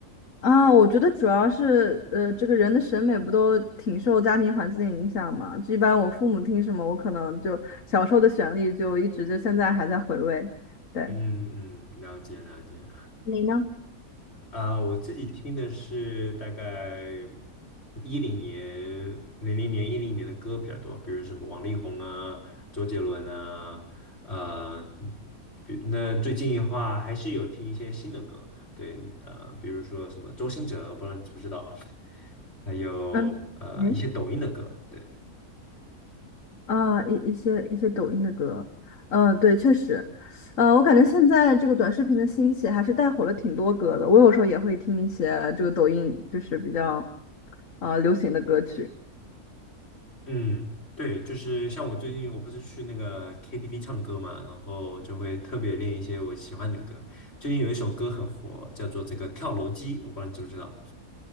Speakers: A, on the left; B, on the left.
A: 啊，我觉得主要是，呃，这个人的审美不都挺受家庭环境影响嘛？就一般我父母听什么，我可能就小时候的旋律就一直就现在还在回味。对，
B: 嗯嗯，了解了解。
A: 你呢？
B: 啊，我自己听的是大概一零年、零零年、一零年的歌比较多，比如什么王力宏啊、周杰伦啊，呃，比那最近的话还是有听一些新的歌，对，呃，比如说什么周兴哲，我不知道你知不知道，还有呃一些抖音的歌，
A: 嗯嗯。
B: 对。
A: 啊，一一些一些抖音的歌，嗯、对，确实，呃，我感觉现在这个短视频的兴起还是带火了挺多歌的。我有时候也会听一些这个抖音就是比较啊、流行的歌曲
B: 嗯，对，就是像我最近我不是去那个 KTV 唱歌嘛，然后就会特别练一些我喜欢的歌。最近有一首歌很火，叫做这个《跳楼机》，我不知道你知不知道？